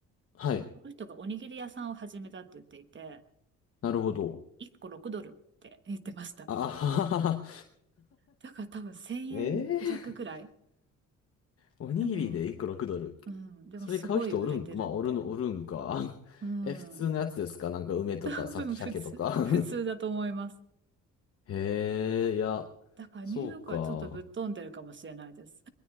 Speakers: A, on the left; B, on the right.
A: はい。
B: その人がおにぎり屋さんを始めたって言っていて、
A: なるほど。
B: 1個6ドルって言ってました。
A: あははは。
B: だから多分1000円弱くらい。
A: <laughs> ええおにぎりで1個6ドル。
B: でも、うん、でもすごい売れてるって。
A: それ買う人おるん、まあ、おるの、おるんか。<laughs>
B: うん、
A: え、普通のやつですかなんか梅とか、
B: 多分普通、
A: さ、鮭とか。<laughs>
B: 普通だと思います。
A: へえ、いや、
B: だからニューヨークはちょっとぶっ飛んでるかもしれないです。
A: そうか。